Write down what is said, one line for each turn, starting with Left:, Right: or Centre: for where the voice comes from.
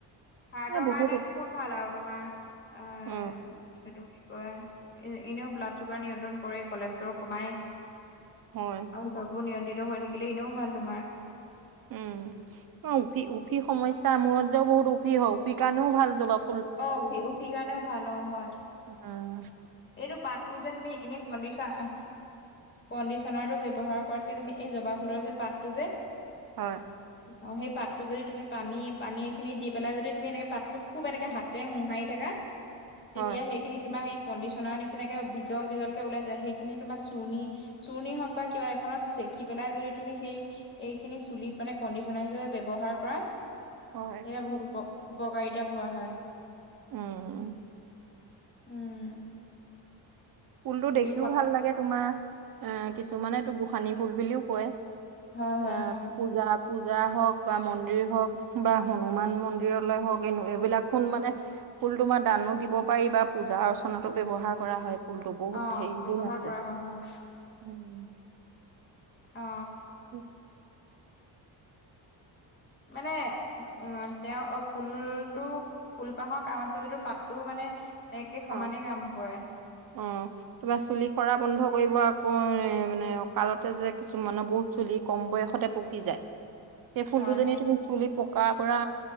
Left: হাৰ্টৰ
Right: এই বহুত
Left: কাৰণেইটো খুব ভাল আৰু তোমাৰ এ
Right: অ
Left: সেইটো কি কয় এনেও ব্লাড চুগাৰ নিয়ন্ত্ৰণ কৰে কলেষ্ট্ৰৰো কমাই
Right: হয়
Left: আৰু চকু নিয়ন্ত্ৰিত হৈ থাকিলে এনেও ভাল তোমাৰ
Right: উম, অ' উফি, উফি সমস্যা মূৰত যে বহুত উফি হয়, উফি কাৰণেও ভাল জলপ
Left: অ উফি উফি কাৰণেও ভাল অ হয়
Right: উম
Left: এইটো পাতটো যে তুমি এনে কণ্ডিচন কণ্ডিশনাৰটো ব্যৱহাৰ কৰা তকে তুমি এই জবা ফুলৰ যে পাতটো যে
Right: হয়
Left: অ', সেই পাতটো যদি তুমি পানী পানী এখিনি দি পেলাই যদি তুমি এনেকে পাতটো খুব এনেকে হাতেৰে মোহাৰি থাকা তেতিয়া
Right: হয়
Left: সেইখিনি তোমাৰ সেই কণ্ডিচনাৰ নিচিনাকে বিজল বিজলকে ওলাই যায় সেইখিনি তোমাৰ চুৰ্ণী চুৰ্ণি হওক বা কিবা এখনত চেকি পেলাই যদি তুমি সেই এইখিনি চুলিত মানে কণ্ডিচনাৰ হিচাপে ব্যৱহাৰ কৰা
Right: হয়
Left: সেয়া বহুত উপ উপকাৰিতা পোৱা হয়।
Right: উম
Left: উম
Right: ফুলটো
Left: একে
Right: দেখিও ভাল লাগে তোমাৰ এ কিছুমানেটো গোসানী ফুল বুলিও কয়
Left: হয় হয়
Right: এ
Left: অ
Right: পূজাত পূজা হওঁক বা মন্দিৰ হওঁক বা হনুমান মন্দিৰলে হওঁক এনে এইবিলাকখোন মানে ফুল তোমা দানো দিব পাৰি, পূজা অৰ্চনা ব্যৱহাৰ কৰা হয়। ফুলটো বহুত
Left: অ
Right: হেৰি
Left: ব্যৱহাৰ
Right: গুণ আছে,
Left: কৰা হয় হয়
Right: উম
Left: অ
Right: উম
Left: মানে অ তেওঁ ফুলটো ফুলপাহৰ কাম আছে যিটো পাতটো মানে একে সমানে
Right: অ
Left: কাম কৰে
Right: অ তোমাৰ চুলি হৰা বন্ধ কৰিব আকৌ বৰ মানে অকালতে যে কিছুমানৰ বহুত চুলি কম বয়সতে পকি যায় সেই ফুলটো
Left: হয়
Right: যেনি তুমি চুলি পক কা পৰা